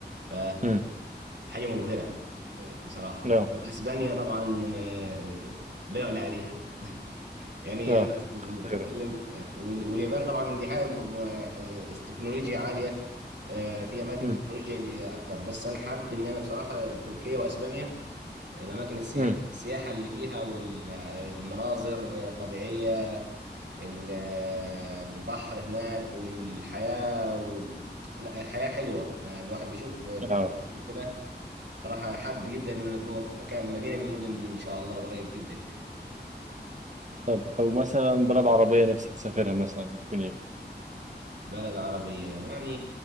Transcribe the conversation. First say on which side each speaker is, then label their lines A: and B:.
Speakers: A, on the right; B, on the right.
A: ف
B: امم
A: حاجة مبهرة بصراحة
B: لا
A: وأسبانيا طبعا آه، لا يعلى عليها يعني
B: لا
A: بتتكلم
B: خطيره
A: وال- واليابان طبعا دي حاجه م- م- تكنولوجيا عاليه آه، في اماكن
B: امم
A: تكنولوجيا ج- اكتر بس انا حابب ان انا بصراحه تركيا واسبانيا الاماكن السياحه
B: امم
A: السياحه اللي فيها والمناظر طبيعيه ال- البحر هناك والحياه و... لا، الحياه حلوه آه، الواحد بيشوف فيديوهات
B: اه
A: وكده بصراحه حابب جدا ان أنا اكون في مكان مدينه من المدن دي ان شاء الله قريب جدا
B: طب او مثلا بلد عربيه نفسك تسافرها مثلا تكون ايه
A: بلد عربية يعني